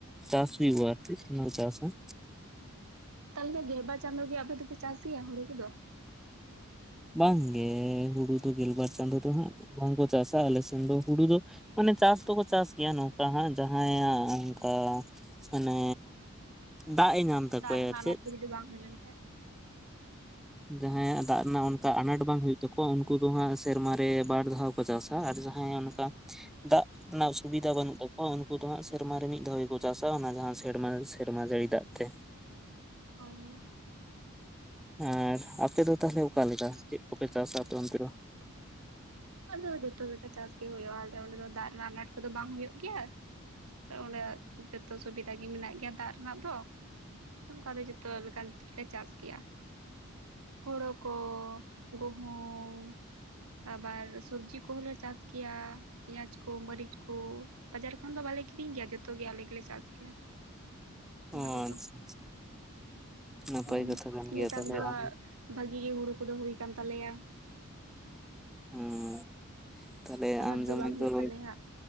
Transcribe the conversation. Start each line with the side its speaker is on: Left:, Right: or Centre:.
Centre: ᱪᱟᱥ ᱦᱩᱭᱩᱜᱼᱟ ᱟᱨ ᱠᱤ ᱚᱱᱟ ᱪᱟᱥ ᱦᱚᱸ
Right: ᱛᱟᱞᱦᱮ ᱫᱚ ᱜᱮᱞ ᱵᱟᱨ ᱪᱟᱸᱫᱳ ᱜᱮ ᱟᱯᱮ ᱫᱚᱯᱮ ᱪᱟᱥ ᱜᱮᱭᱟ ᱦᱳᱲᱳ ᱠᱚᱫᱚ?
Centre: ᱵᱟᱝ ᱜᱮ ᱦᱩᱲᱩ ᱫᱚ ᱜᱮᱞ ᱵᱟᱨ ᱪᱟᱸᱫᱳ ᱫᱚ ᱦᱟᱸᱜ ᱵᱟᱝ ᱠᱚ ᱪᱟᱥᱼᱟ ᱟᱞᱮ ᱥᱮᱱ ᱫᱚ ᱦᱩᱲᱩ ᱫᱚ ᱢᱟᱱᱮ ᱪᱟᱥ ᱫᱚᱠᱚ ᱪᱟᱥ ᱜᱮᱭᱟ ᱱᱚᱝᱠᱟ ᱦᱟᱸᱜ ᱡᱟᱦᱟᱸᱭ ᱟᱜ ᱚᱱᱠᱟ ᱢᱟᱱᱮ ᱫᱟᱜ ᱮ ᱧᱟᱢ ᱛᱟᱠᱚᱣᱟᱭ
Right: ᱫᱟᱜ ᱨᱮᱱᱟᱜ
Centre: ᱟᱨ
Right: ᱟᱱᱟᱸᱴ
Centre: ᱪᱮᱫ
Right: ᱠᱚ ᱡᱩᱫᱤ ᱵᱟᱝ ᱦᱩᱭ ᱞᱮᱱ ᱠᱷᱟᱡ
Centre: ᱡᱟᱦᱟᱸᱭ ᱟᱜ ᱫᱟᱜ ᱨᱮᱱᱟᱜ ᱚᱱᱠᱟ ᱟᱱᱟᱴ ᱵᱟᱝ ᱦᱩᱭᱩᱜ ᱛᱟᱠᱚᱣᱟ ᱩᱱᱠᱩ ᱫᱚ ᱦᱟᱸᱜ ᱥᱮᱨᱢᱟ ᱨᱮ ᱵᱟᱨ ᱫᱷᱟᱣ ᱠᱚ ᱪᱟᱥ-ᱟ ᱟᱨ ᱡᱟᱦᱟᱸᱭ ᱟᱜ ᱫᱟᱜ ᱨᱮᱱᱟᱜ ᱥᱩᱵᱤᱫᱷᱟ ᱵᱟᱹᱱᱩᱜ ᱛᱟᱠᱚᱣᱟ ᱩᱱᱠᱩ ᱫᱚ ᱦᱟᱸᱜ ᱥᱮᱨᱢᱟᱨᱮ ᱢᱤᱫ ᱫᱷᱟᱣ ᱜᱮ ᱠᱚ ᱪᱟᱥᱟᱼᱟ ᱚᱱᱟ ᱡᱟᱦᱟᱸ ᱥᱮᱨᱢᱟ ᱥᱮᱨᱢᱟ ᱡᱟᱹᱲᱤ ᱫᱟᱜ ᱛᱮ᱾
Right: ᱦᱳᱭ ᱦᱳᱭ
Centre: ᱟᱨ ᱟᱯᱮ ᱫᱚ ᱛᱟᱦᱞᱮ ᱚᱠᱟ ᱞᱮᱠᱟ ᱪᱮᱫ ᱠᱚᱯᱮ ᱪᱟᱥᱟ ᱟᱯᱮ ᱚᱱᱛᱮ ᱫᱚ?
Right: ᱟᱫᱚ ᱡᱚᱛᱚ ᱞᱮᱠᱟ ᱪᱟᱥ ᱜᱮ ᱦᱩᱭᱩᱜᱼᱟ ᱟᱞᱮ ᱚᱸᱰᱮ ᱫᱚ ᱫᱟᱜ ᱨᱮᱱᱟᱜ ᱟᱱᱟᱴ ᱠᱚᱫᱚ ᱵᱟᱝ ᱦᱩᱭᱩᱜ ᱜᱮᱭᱟ᱾ ᱛᱚ ᱚᱸᱰᱮ ᱡᱚᱛᱚ ᱥᱩᱵᱤᱫᱷᱟ ᱜᱮ ᱢᱮᱱᱟᱜ ᱜᱮᱭᱟ ᱫᱟᱜ ᱨᱮᱱᱟᱜ ᱫᱚ᱾ ᱚᱱᱠᱟ ᱫᱚ ᱡᱚᱛᱚ ᱞᱮᱠᱟᱱ ᱜᱮᱞᱮ ᱪᱟᱥ ᱜᱮᱭᱟ᱾ ᱦᱳᱲᱳ ᱠᱚ ᱜᱩᱦᱩᱢ ᱟᱵᱟᱨ ᱥᱚᱵᱽᱡᱤ ᱠᱚᱦᱚᱸᱞᱮ ᱪᱟᱥ ᱜᱮᱭᱟ᱾ ᱯᱮᱸᱭᱟᱡᱽ ᱠᱚ ᱢᱟᱹᱨᱤᱪ ᱠᱚ ᱵᱟᱡᱟᱨ ᱠᱷᱚᱱ ᱫᱚ ᱵᱟᱞᱮ ᱠᱤᱨᱤᱧ ᱜᱮᱭᱟ ᱡᱚᱛᱚ ᱜᱮ ᱟᱞᱮ ᱜᱮᱞᱮ ᱪᱟᱥ ᱜᱮᱭᱟ᱾ ᱚᱱᱟ
Centre: ᱚ
Right: ᱠᱚᱫᱚ
Centre: ᱟᱪᱷᱟ ᱱᱟᱯᱟᱭ
Right: ᱦᱩᱸ
Centre: ᱠᱟᱛᱷᱟ ᱠᱟᱱ
Right: ᱱᱮᱛᱟᱨ
Centre: ᱜᱮᱭᱟ ᱛᱟᱦᱚᱞᱮ
Right: ᱫᱚ
Centre: ᱟᱢ
Right: ᱦᱟᱸᱜ ᱵᱷᱟᱜᱤ ᱜᱮ ᱦᱩᱲᱩ ᱠᱚᱫᱚ ᱦᱩᱭ ᱠᱟᱱ ᱛᱟᱞᱮᱭᱟ᱾
Centre: ᱦᱚᱸ ᱛᱟᱦᱞᱮ
Right: ᱟᱱᱟᱴ
Centre: ᱟᱢ ᱫᱚ
Right: ᱵᱟᱝ ᱦᱩᱭᱩᱜ
Centre: <inaudible> ᱫᱚ
Right: ᱛᱟᱞᱮᱭᱟ ᱦᱟᱸᱜ